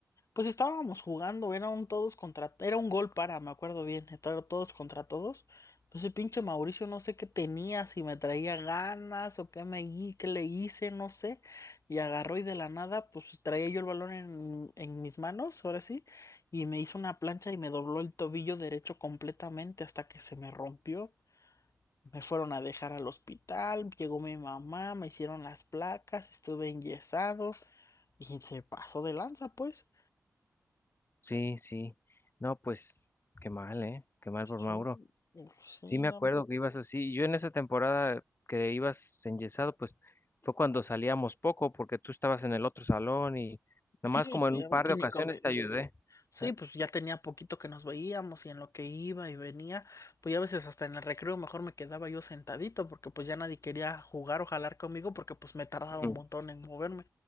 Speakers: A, on the left; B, on the left.
A: Pues estábamos jugando, era un todos contra, era un gol para, me acuerdo bien, era todos contra todos. Pues el pinche Mauricio no sé qué tenía, si me traía ganas o qué me hi- qué le hice, no sé. Y agarró y de la nada, pues traía yo el balón en, en mis manos, ahora sí, y me hizo una plancha y me dobló el tobillo derecho completamente hasta que se me rompió. Me fueron a dejar al hospital, llegó mi mamá, me hicieron las placas, estuve enyesado y se pasó de lanza, pues.
B: Sí, sí. No, pues qué mal, ¿eh? Qué mal por
A: Sí,
B: Mauro.
A: sí,
B: Sí, me
A: no.
B: acuerdo que ibas así. Yo en esa temporada que ibas enyesado, pues fue cuando salíamos poco, porque tú estabas en el otro salón y nomás
A: Sí,
B: como
A: pues
B: en un
A: ya
B: par
A: ves que
B: de
A: ni
B: ocasiones
A: comí
B: te ayudé.
A: Sí,
B: Ah,
A: pues ya tenía poquito que nos veíamos y en lo que iba y venía, pues ya a veces hasta en el recreo mejor me quedaba yo sentadito porque pues ya nadie quería jugar o jalar conmigo porque pues me tardaba
B: ujú.
A: un montón en moverme.